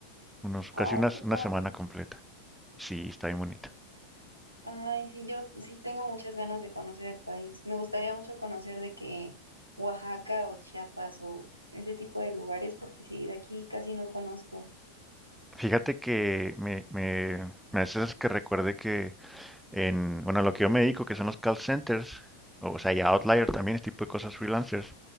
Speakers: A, in the centre; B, on the right (about 85°).
A: unos,
B: Ay,
A: casi unas-
B: qué
A: una
B: padre.
A: semana completa. Sí, está bien bonita.
B: Ay, sí, yo sí tengo muchas ganas de conocer el país. Me gustaría mucho conocer de que Oaxaca o Chiapas o ese tipo de lugares, porque sí, de aquí casi no conozco.
A: Fíjate que me, me, me haces que recuerde que en, bueno, lo que yo me dedico, que son los call centers, o sea, y Outlier también, este tipo de cosas freelancers,